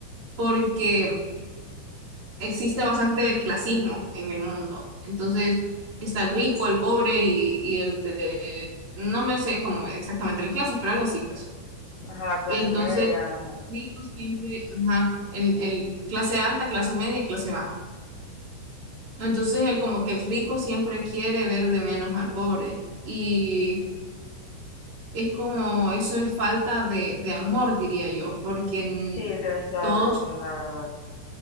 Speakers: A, on the right; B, on the left.
A: porque existe bastante el clasismo en el mundo. Entonces, está el rico, el pobre y, y el de, no me sé como exactamente las clases, pero algo así, pues.
B: Ajá, la clase
A: entonces
B: media, ajá.
A: ricos siempre, ajá, el, el clase alta, clase media y clase baja. ¿no? Entonces, el como que el rico siempre quiere ver de menos al pobre. Y es como, eso es falta de, de amor, diría yo, porque n-
B: Sí, tenés toda
A: todos,
B: la razón, la verdad.